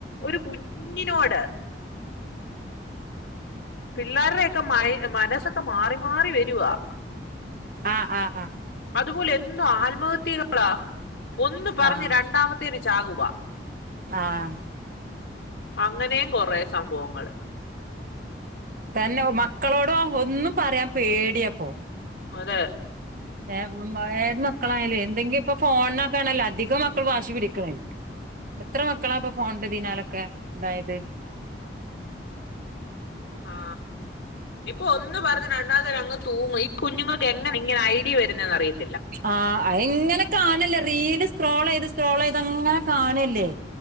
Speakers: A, on the left; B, on the right.
A: ഒരു കുഞ്ഞിനോട് പിള്ളേർരെക്കെ മൈ മനസ്സൊക്കെ മാറി മാറി വെരുവാ
B: ആഹ് ആഹ് ആഹ്
A: അതുപോലെ എന്നു ആൽമഹത്യകളാ ഒന്ന് പറഞ്ഞ്
B: ആഹ്
A: രണ്ടാമത്തേന് ചാകുവ
B: ആഹ്
A: അങ്ങനെയും കൊറെ സംഭവങ്ങള്
B: തന്നെ മക്കളോടോ ഒന്നും പറയാൻ പേടിയാപ്പോ
A: അതെ
B: ഏ മ് ഏത് മക്കളായാലു എന്തെങ്കിപ്പം ഫോണിനൊക്കെണെല്ലോ അധികം മക്കൾ വാശി പിടിക്കാ എത്ര മക്കളാ അപ്പൊ ഫോൺന്റെ പിന്നാലൊക്കെ ഇതായത്
A: ആ ഇപ്പൊ ഒന്ന് പറഞ്ഞ് രണ്ടാമത്തെന അങ്ങ് തൂങ്ങു ഈ കുഞ്ഞുങ്ങൾക്ക് എങ്ങനെ ഇങ്ങന ഐഡിയ വരുന്നെന്ന് അറിയില്ല
B: ആ അയ് ഇങ്ങനെ കാണല്ലേ റീല് സക്രോള്യ്ത് സക്രോള്യ്ത് അങ്ങനെ കാണ്ല്ലേ